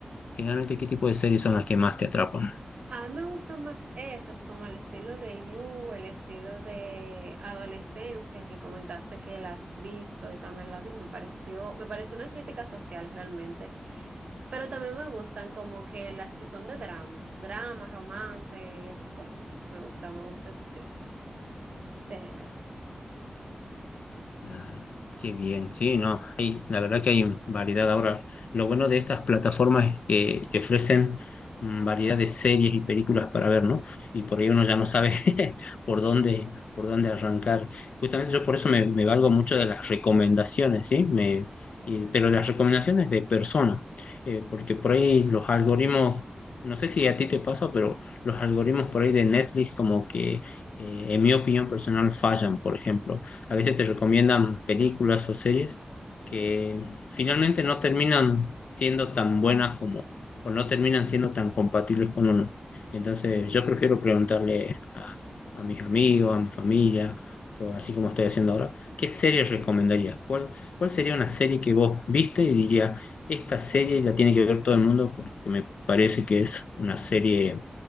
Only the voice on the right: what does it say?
A mí me gustan más esas, como el estilo de You, el estilo de adolescencia que comentaste que la has visto, yo también la vi, me pareció, me pareció una crítica social realmente, pero también me gustan como que las que son de drama, drama, romance y esas cosas. Me gusta, me gusta ese estilo, ese género.